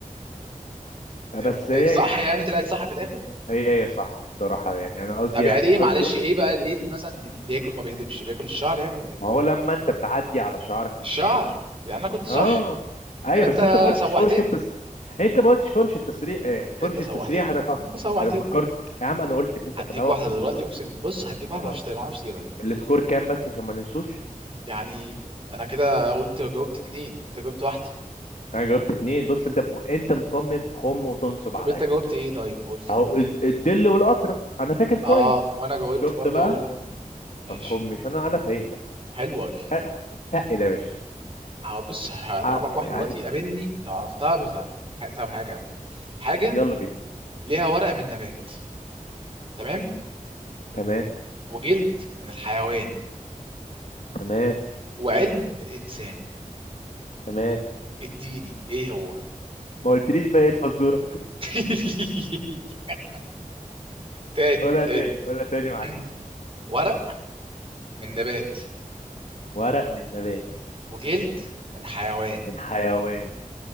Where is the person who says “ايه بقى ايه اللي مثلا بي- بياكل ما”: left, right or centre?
Right